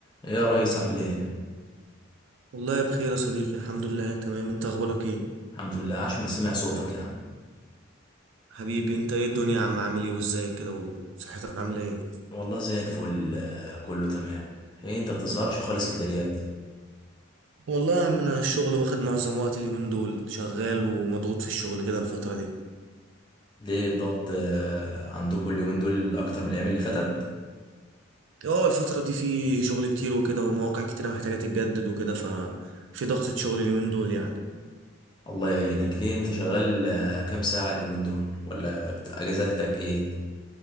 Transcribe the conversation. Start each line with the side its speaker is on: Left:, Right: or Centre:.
Left: ايه يا ريس عامل ايه؟
Right: والله بخير يا صديقي الحمد لله تمام انت اخبارك ايه
Left: الحمد لله عاش من سمع صوتك يا عم
Right: حبيبي انت ايه الدنيا يا عم عامل ايه وازيك كده وصحتك عامله ايه
Left: والله زي الفل آه، كله تمام ايه انت بتظهرش خالص كده ليه يا ابني؟
Right: والله يا عم انا الشغل واخد معظم وقت اليومين دول شغال ومضغوط في الشغل كده الفتره دي
Left: ليه الضغط آه، عندكم اليومين دول اكتر من الايام اللي فاتت؟
Right: اه الفتره دي في شغل كتير وكده ومواقع كتيره محتاجه تتجدد وكده ففي ضغطه شغل اليومين دول يعني
Left: الله يعينك ليه انت شغال آه، كام ساعة اليومين دول؟ ولا بت- اجازتك ايه؟